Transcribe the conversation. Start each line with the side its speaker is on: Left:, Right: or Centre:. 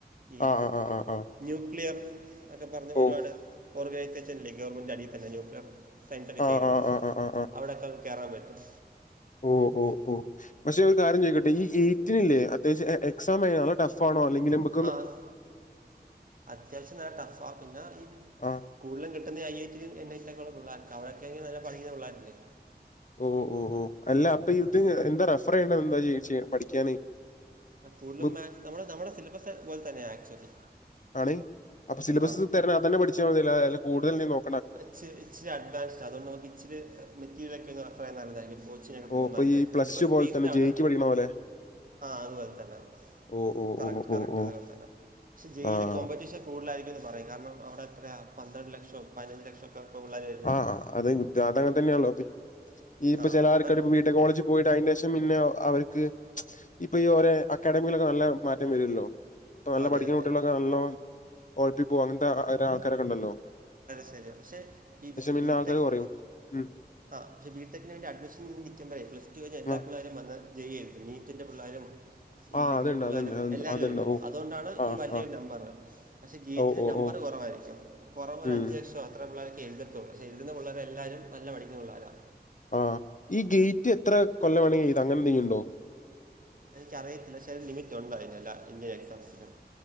Right: ഈ
Left: ആ ആ ആ ആ ആ
Right: ന്യൂക്ലിയർ ഒക്കെ പറഞ്ഞ്
Left: ഓ
Right: ഒരുപാട് ഓർഗനൈസേഷനില്ലേ ഗവൺമെന്റിന്റെ അടിയിൽ തന്നെ ന്യൂക്ലിയർ ഫ്രണ്ട്‌സ് ഒക്കെ
Left: ആ
Right: ചെയ്യുന്ന
Left: ആ ആ ആ ആ
Right: അവിടൊക്കെ കയറാൻ പറ്റും
Left: ഓഹ് ഓഹ് ഓഹ് പക്ഷെ ഒരു കാര്യം ചോയ്ക്കട്ടെ ഈ ഗേറ്റിനില്ലേ അത്യാവശ്യം എ എക്സാം എങ്ങനാ നല്ല ടഫ് ആണോ അല്ലെങ്കില് മ്പ
Right: ആഹ് അത്യാവശ്യം നല്ല ടഫാ പിന്നാ ഈ
Left: ആ
Right: കൂടുതും കിട്ടുന്നെ ഐ ഐ റ്റി ലും എൻ ഐ റ്റി ലും ഒക്കെ ഉള്ള പിള്ളേർക്കാ അവിടെയൊക്കെയാണേ നല്ല പഠിക്കുന്ന പിള്ളേരില്ലേ
Left: ഓഹ് ഓഹ് ഓഹ് അല്ല അപ്പൊ ഇത് എന്താ റഫർ ചെയ്യേണ്ടത് എന്താ ചോദിച്ചേ പഠിക്കാന്
Right: ആഹ് കൂടുതലും
Left: ബുക്ക്
Right: മാക്സ് നമ്മുടെ നമ്മുടെ സിലബസ് പോലെ തന്നെയാ ആക്ച്വലി
Left: ആണ് അപ്പൊ സിലബസ്
Right: ആ
Left: തെരഞ്ഞ് അതന്നെ പഠിച്ചാ മതിയല്ലോ കൂടുതൽ ഇനി നോ
Right: ഇച്ച് ഇച്ചരി അഡ്വാൻസ്ഡാ അതുകൊണ്ട് നമുക്ക് ഇച്ചിരി മെറ്റീരിയലൊക്കെ ഒന്ന് റെഫർ ചെയാൻ നല്ലതായിരിക്കും കോച്ചിനെക്ക
Left: ഓ
Right: പോന്ന
Left: അപ്പൊ
Right: നല്ലെ
Left: ഈ പ്ലസ്
Right: സിലബസ്
Left: ടു പോലെ
Right: ബേസ്ഡ്
Left: തന്നെ
Right: ആണ്
Left: ജെഇക്ക് പഠിക്കണ പോലെ
Right: ആഹ് അതുപോൽ തന്നെ
Left: ഓ ഓ
Right: കറക്റ്റ്
Left: ഓ
Right: കറക്റ്റ്
Left: ഓ ഓ
Right: അതുപോൽ തന്നെ പക്ഷെ ജയിലി
Left: ആ
Right: കോമ്പറ്റീഷൻ കൂടുതലായിരിക്കും എന്ന് പറയും കാരണം അവിടെ എത്രയാ പന്ത്രണ്ട് ലക്ഷം പതിനഞ്ച് ലക്ഷം അപ്പോ പിള്ളാര് വെ
Left: ആഹ് അഹ് അതെനു താതങ്ങൻ തന്നെയാള്ളോ കു ഈ ഇപ്പ
Right: ആ
Left: ചെലേ
Right: അപ്പം
Left: ആർക്കാര് ഇപ്പം വീട്ട് കോളേജ് പോയിട്ട് അയ്ന്റെഷം പിന്നെ അവർക്ക് ഇപ്പൊ ഈ ഓരേ അക്കാഡമിയിലൊക്കെ നല്ല മാറ്റം വരുല്ലോ ഇപ്പം നല്ല
Right: അതെ
Left: പഠിക്കുന്ന
Right: അതെ
Left: കുട്ടിളൊക്കെ നല്ലോ ഴപ്പിപ്പോകും അങ്ങൻത്തെ ആ ആൾക്കാരൊക്കെണ്ടല്ലോ
Right: ശരിയാ പക്ഷേ ഈ
Left: പിന്നെ
Right: ബിടെക്
Left: ആൾക്കാര് കൊറയും. ഉം
Right: ആഹ് പക്ഷെ ബിടെക്കിന് വേണ്ടി അഡ്മിഷന് നിൽക്കപ്പോഴേ പ്ലസ് ടു കഴിഞ്ഞ് എല്ലാ
Left: ആ
Right: പിള്ളേരും വന്ന് ജ യി എടുത്ത് നീറ്റിന്റെ പിള്ളേരും ഈ
Left: ആ
Right: ഡിഗ്രി
Left: അതുണ്ട്
Right: പിള്ളേരും
Left: അതുണ്ട് അതുണ്ട്
Right: എല്ലാവരും
Left: അതുണ്ട്.
Right: എത്തും
Left: ഓ
Right: അതുകൊണ്ടാണ്
Left: ആ
Right: ഈ വലിയൊരു
Left: ആ
Right: നമ്പർ പക്ഷെ നീറ്റിന്റെ
Left: ഓ ഓ
Right: നമ്പർ
Left: ഓ
Right: കുറവായിരിക്കും കുറവ് ഒരു
Left: ഉം
Right: അഞ്ചു ലക്ഷം അത്ര പിള്ളേർക്ക് എഴുതത്തുള്ളൂ പക്ഷേ എഴുതുന്ന പിള്ളേരെല്ലാരും നല്ല പഠിക്കുന്ന പിള്ളേരാ
Left: ആഹ് ഈ ഗേറ്റ് എത്ര കൊല്ലം വേണമെങ്കിൽ എഴുത ഇത് അങ്ങനെ എന്തെങ്കിലും ഉണ്ടോ
Right: എനിക്കറിയത്തില്ല പക്ഷെ ലിമിറ്റ് ഉണ്ട് അതിനെല്ല ഇന്ത്യൻ എക്സാംസിനും